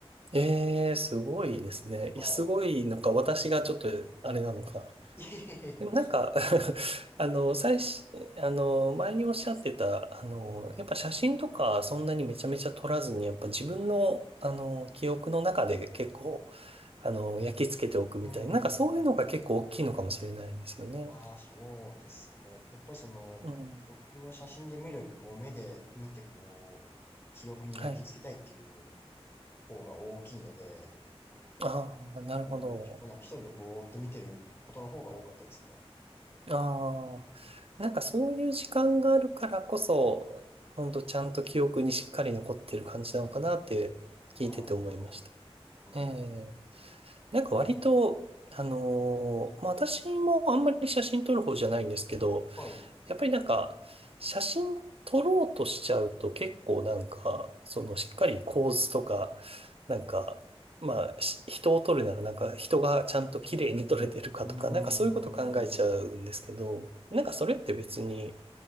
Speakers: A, on the right (about 65°); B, on the left (about 25°).
A: ええ、すごいですね。
B: はい。
A: いや、すごい、なんか私がちょっと、あれなのか。
B: いえいえいえ
A: でもなんか <laughs> あの、最初、あの、前におっしゃってた、あの、やっぱ写真とかそんなにめちゃめちゃ撮らずに、やっぱ自分の、あの、記憶の中で結構、あの、焼き付けておくみたいな、
B: うん。
A: なんかそういうのが結構大きいのかもしれないですよね。
B: ああ、そうですね。やっぱりその、
A: うん。
B: 僕は写真で見るより、こう、目で見て、こう、記憶に焼き付けたいっていう
A: はい。
B: 方が大きいので、
A: ああ、なるほど。
B: うん、結構なんか一人でぼーっと見てることの方が多かったですね。
A: ああ。なんかそういう時間があるからこそ、ほんとちゃんと記憶にしっかり残ってる感じなのかなって聞いてて思いました。
B: ああ、なるほど。うんうん、
A: ええなんか割と、あのーまあ、私もあんまり写真撮る方じゃないんですけど、
B: はい。う
A: やっぱりなんか写真撮ろうとしちゃうと結構なんか、そのしっかり構図とか、なんか、まあ、し人を撮るならなんか人がちゃんと綺麗に撮れてるかとか、
B: ーん。
A: なんかそういうこと考えちゃうんですけど、なんかそれって別に、